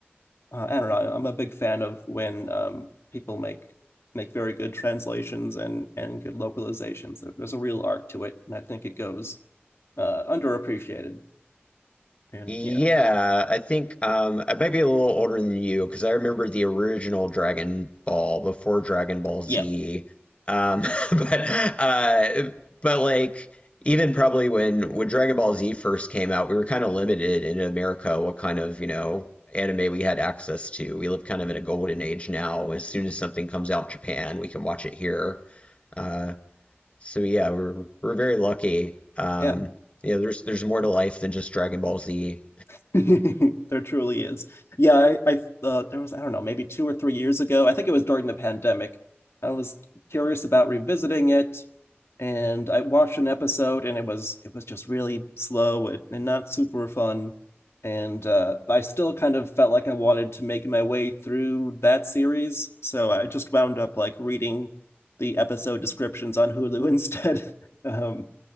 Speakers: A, on the left; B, on the left.
A: uh, I don't know. I'm a big fan of when um, people make make very good translations and and good localizations. There's a real art to it, and I think it goes uh, underappreciated. And
B: Yeah,
A: yeah,
B: I think um, I might be a little older than you because I remember the original Dragon Ball before Dragon Ball Z.
A: yeah,
B: Um, <laughs> but uh, but like even probably when when Dragon Ball Z first came out, we were kind of limited in America what kind of you know anime we had access to. We live kind of in a golden age now. As soon as something comes out in Japan, we can watch it here. Uh, so yeah, we're we're very lucky. Um,
A: yeah.
B: you know, there's there's more to life than just Dragon Ball Z.
A: <laughs> There truly is. Yeah, I, I uh, there was I don't know maybe two or three years ago. I think it was during the pandemic. I was curious about revisiting it, and I watched an episode, and it was it was just really slow and, and not super fun. And uh, I still kind of felt like I wanted to make my way through that series, so I just wound up like reading the episode descriptions on Hulu instead. <laughs> Um,